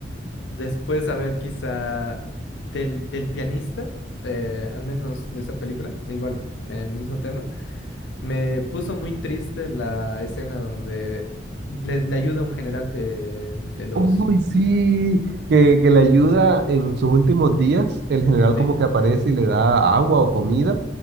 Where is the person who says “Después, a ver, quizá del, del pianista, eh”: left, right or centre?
Left